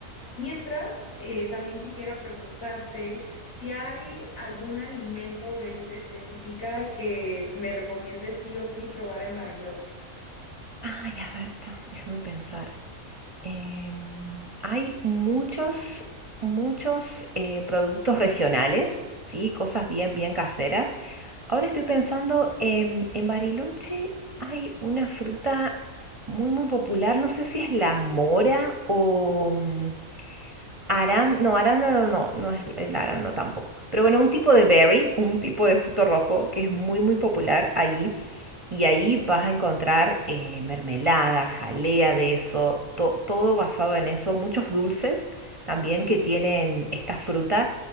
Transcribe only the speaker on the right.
Ay, a ver, ta- déjame pensar. Em, hay muchos, muchos eh, productos regionales, ¿sí? Cosas bien, bien caseras. Ahora estoy pensando, em, en Bariloche hay una fruta muy, muy popular, no sé si es la mora o mm, aran, no, arándano no, no es el arándano tampoco. Pero bueno, un tipo de berry, un tipo de fruto rojo que es muy, muy popular allí y ahí vas a encontrar eh, mermelada, jalea de eso, to- todo basado en eso, muchos dulces también que tienen esta fruta,